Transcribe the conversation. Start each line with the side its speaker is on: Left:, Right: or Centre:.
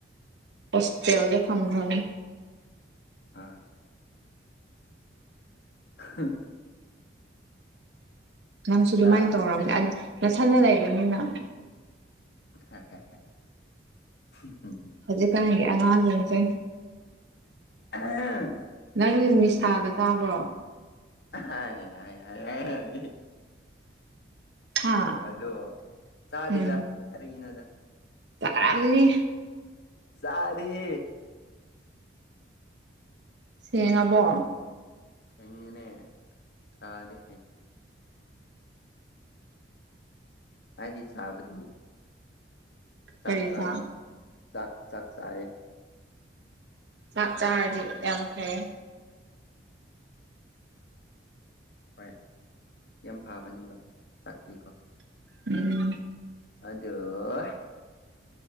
Right: ꯍꯣꯁꯇꯦꯜꯗ ꯊꯝꯈ꯭ꯔꯕꯅꯤ
Left: ꯑꯥ ꯍꯥꯥ
Right: ꯅꯪꯁꯨ ꯑꯗꯨꯃꯥꯏꯅ
Left: ꯆꯥ
Right: ꯇꯧꯔꯝꯗ ꯅꯊꯥꯟꯅ ꯂꯩꯕꯅꯤꯅ
Left: <unintelligible>
Right: ꯍꯧꯖꯤꯛ ꯀꯥꯟꯒꯤ ꯑꯉꯥꯡ ꯁꯤꯡꯁꯦ
Left: <unintelligible>
Right: ꯅꯪ ꯅꯤꯁꯥꯒ ꯆꯥꯕ꯭ꯔꯣ
Left: ꯍꯥꯏ ꯍꯥꯏ ꯍꯥꯏ ꯍꯥꯏ
Right: ꯍꯥ
Left: ꯑꯗꯣ ꯆꯥꯗꯦꯗ
Right: ꯎꯝ
Left: ꯀꯔꯤꯅꯣꯗ
Right: ꯆꯥꯔꯝꯅꯤ
Left: ꯆꯥꯔ‌ꯦ ꯍꯦ
Right: ꯁꯦꯡꯉꯕꯣ
Left: ꯁꯦꯉ‌ꯦꯅꯦ ꯆꯥꯔꯦ ꯍꯥꯏꯗꯤ ꯆꯥꯕꯗꯤ ꯆꯥꯛꯒ
Right: ꯀꯔꯤ ꯆꯥꯛ
Left: ꯆꯥꯛ ꯆꯥꯛ ꯆꯥꯏ
Right: ꯆꯥꯛ ꯆꯥꯔꯗꯤ ꯌꯥꯝ ꯐꯩꯌꯦ
Left: ꯍꯣꯏ ꯌꯥꯝ ꯐꯕꯅꯤꯕ ꯇꯥꯛꯄꯤꯀꯣ
Right: ꯎꯝ
Left: ꯑꯗ‌ꯣ